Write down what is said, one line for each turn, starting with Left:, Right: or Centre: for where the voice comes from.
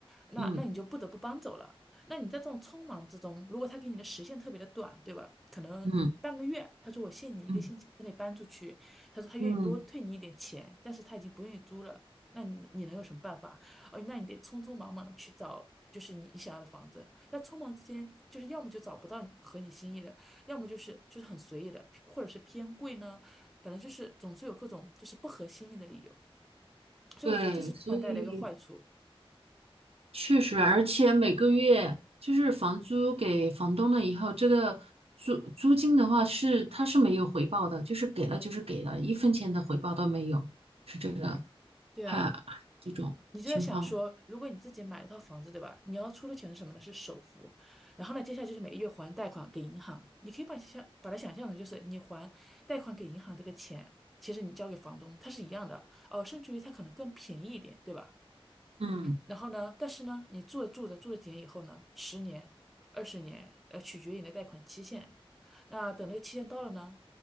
Centre: 那那你就不得不搬走了。
Right: 嗯
Centre: 那你在这种匆忙之中，如果他给你的时限特别的短，对吧？可能半个月，
Right: 嗯
Centre: 他说我限你一个星期之内搬出去，
Right: 嗯
Centre: 他说他愿意多退你一点钱，
Right: 嗯，
Centre: 但是他已经不愿意租了，那你你能有什么办法？哦，那你得匆匆忙忙的去找，就是你你想要的房子。在匆忙之间，就是要么就找不到你合你心意的，要么就是就是很随意的，或者是偏贵呢。本来就是总是有各种就是不合心意的理由，所以我觉得这是放房贷的一个坏处。
Right: 对，所以确实，而且每个月就是房租给房东了以后，这个租租金的话是他是没有回报的，就是给了就是给了，一分钱的回报都没有，是这个，
Centre: 对啊，
Right: 还这种情况，
Centre: 你就在想说，如果你自己买了套房子，对吧？你要出的钱是什么呢？是首付，然后呢，接下来就是每个月还贷款给银行。你可以把想象把它想象成就是你还贷款给银行这个钱，其实你交给房东，它是一样的哦，甚至于它可能更便宜一点，对吧？
Right: 嗯
Centre: 然后呢，但是呢，你住着住着住了几年以后呢，十年、二十年，呃，取决于你的贷款期限。那等那个期限到了呢，